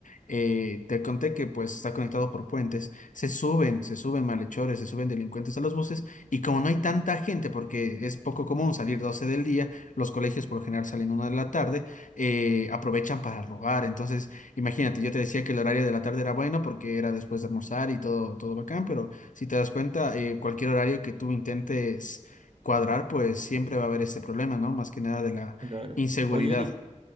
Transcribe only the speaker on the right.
Claro.
Oye, Eric,